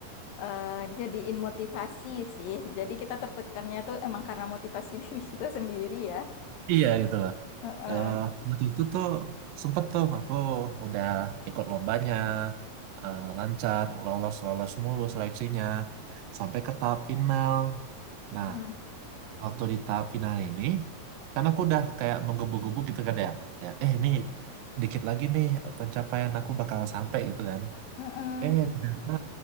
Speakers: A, on the left (about 85°); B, on the right (about 85°).
A: Eh jadiin motivasi sih. Jadi kita tertekannya tuh emang karena motivasi <laughs> diri kita sendiri ya.
B: iya gitu loh
A: Heeh.
B: Eh, waktu itu tuh sempet tuh aku udah ikut lombanya eh, lancar lolos lolos mulu seleksinya sampai ke tahap final nah
A: Nah,
B: waktu di tahap final ini karena aku udah kayak menggebu-gebu gitu kan ya kayak eh ini dikit lagi nih pencapaian aku bakal sampai gitu kan
A: heeh.
B: eh ternyata